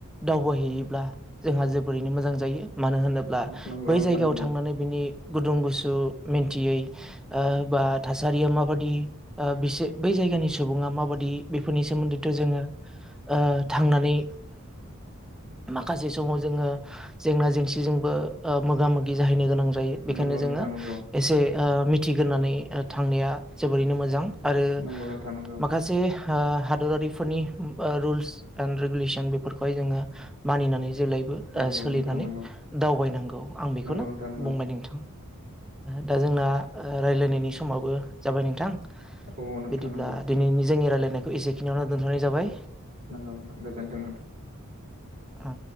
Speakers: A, in the centre; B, on the right (about 50°).
A: दावबायहैयोब्ला जोंहा जोबोरैनो मोजां जायो मानो होनोब्ला
B: नंगौ
A: बै
B: नोंथां
A: जायगायाव
B: नंगौ
A: थांनानै बिनि गुदुं- गुसु मिन्थियै ओ बा थासारिया माबादि ओ बिसो बै जायगानि सुबुं सुबुङा माबादि बेफोरनि सोमोन्दैथ' जोङो ओ थांनानै
B: <unintelligible>
A: माखासे समाव जोङो जेंना जेंसिजोंबो ओ मोगा - मोगि जाहैनो गोनां जायो बेखायनो
B: नंगौ
A: जोङो
B: नोंथां नंगौ
A: एसे ओ मिथिग्रानै थांनाया जोबोरैनो मोजां आरो
B: नंगौ नोंथां नंगौ
A: माखासे ओ हादरारिफोरनि ओ रुल्स एन रिगुलेसन बेफोरखौहाय जोङो मानिनानै जेब्लायबो
B: नंगौ
A: ओ
B: नोंथां नंगौ
A: सोलिनानै
B: नोंथां नंगौ
A: दावबायनांगौ आं बेखौनो
B: नंगौ नोंथां नंगौ
A: बुंबाय नोंथां दा जोंना रायलायनायनि समावबो जाबाय नोंथां
B: औ नोंथां
A: बिदिब्ला
B: नंगौ
A: दिनैनि जोंनि रायलायनायखौ एसेखिनियावनो दोनथ'नाय जाबाय
B: नोगौ गोजोनथों नो
A: औ